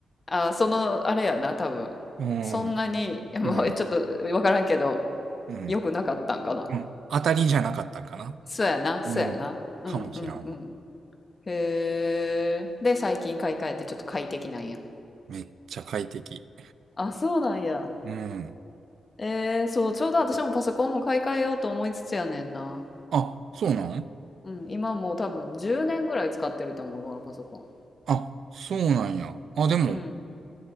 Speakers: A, on the left; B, on the right.
A: あ、その、あれやな、多分。
B: うん、
A: そんなに、<laughs> もうちょっとわからんけど、
B: うん、うん。
A: 良くなかったんかな。
B: うん、当たりじゃなかったんかな。
A: そうやな、そうやな。
B: うん。かもしらんわ。
A: うんうんうん。へえ。で、最近買い替えてちょっと快適なんや。
B: めっちゃ快適。
A: あ、そうなんや。
B: うん。
A: えー、そう、ちょうど私もパソコンも買い替えようと思いつつやねんな。
B: あ、そうなん
A: うん、今もう多分10年ぐらい使ってると思う、このパソコン。
B: あ、そうなんや。あ、でも、
A: うん。